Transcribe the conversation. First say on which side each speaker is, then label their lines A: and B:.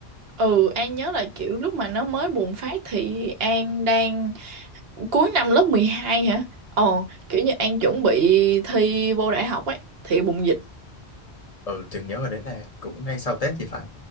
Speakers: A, on the right; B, on the left.
A: Ừ, An nhớ là kiểu lúc mà nó mới bùng phát thì An đang cuối năm lớp 12 hả? Ồ, kiểu như An chuẩn bị thi vô đại học ấy, thì bùng dịch.
B: Ừ, Trường nhớ ở đấy là cũng ngay sau Tết thì phải.